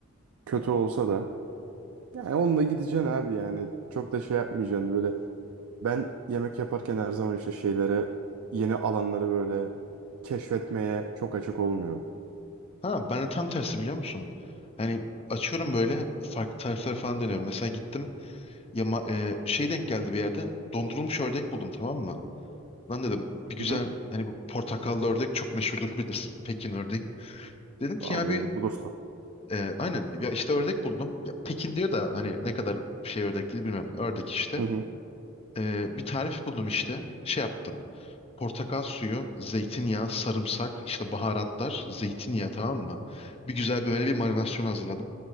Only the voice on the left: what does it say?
Ha ben de tam tersi biliyor musun? Yani açıyorum böyle farklı tarifler falan deniyorum. Mesela gittim ya ma- e, şey denk geldi bir yerde dondurulmuş ördek buldum tamam mı? Lan dedim bir güzel
hani bu portakallı ördek çok meşhurdur bilirsin Pekin ördeği. Dedim ki
ya bir
e, aynen ya işte ördek buldum. Ya Pekin diyor da hani ne kadar şey ördek değil bilmiyorum. Ördek işte.
E, bir tarif buldum işte. Şey yaptım. Portakal suyu, zeytinyağı, sarımsak, işte baharatlar, zeytinyağı tamam mı? Bir güzel böyle bir marinasyon hazırladım.